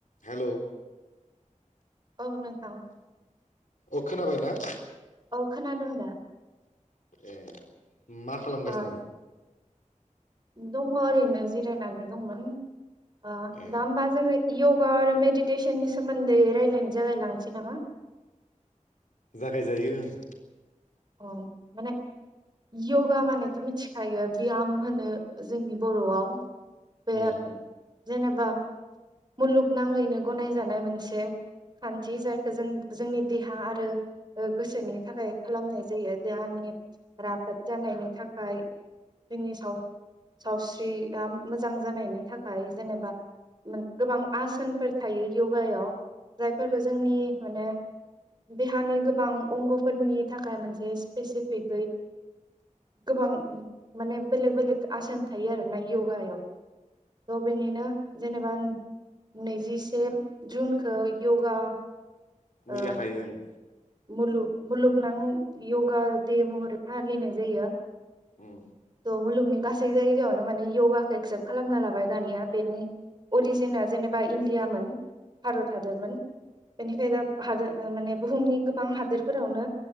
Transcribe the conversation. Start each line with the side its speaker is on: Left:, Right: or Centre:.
Left: हेल'
Right: औ नोंथां
Left: अ खोनाबायना
Right: औ खोनादों दा?
Left: ए मा खालामगासिनोमोन
Right: ओ दङ ओरैनो जिरायनानै दंमोन अ
Left: ए
Right: दा होमबा जोङो य'गा आरो मेडिटेसननि सोमोन्दै रायलायनो जागायलांसै नामा?
Left: जागायजायो ओं
Right: अ माने य'गा मानेथ' मिथिखायो बयाम होनो जोंनि बर'आव बे
Left: ओं
Right: जेनेबा मुलुगनााङैनो गनायजानाय मोनसे खान्थि जायखौ जों जोंनि देहा आरो गोसोनि थाखाय खालामनाय जायो देहानि राफोद जानायनि थाखाय जोंनि सावस्रिया मोजां जानायनि थाखाय जेनेबा गोबां आसोनफोर थायो यगायाव जायफोरखौ जोंनि माने देहानि गोबां अंग'फोरनि थाखाय मोनसे सिपेसिफिकयै गोबां माने बेलेक बेलेक आसन थायो आरोना यगायाव थ' बेनिनो जेनेबा नैजिसे जुनखौ यगा ओ
Left: मैयाहायो ओं
Right: मुलुग मुलुगनां यगा दे महरै फालिनाय जायो
Left: उम
Right: द मुलुगनि गसै गासै जायगायावनो माने य'गाखौ एक्सेप्ट खालामना लाबाय दानिया बेनि अरिजिना जेनेबा इण्डियामोन भारत हादोरमोन बेनिफ्राय दा हाद माने बुहुमनि गोबां हादोरफोरावनो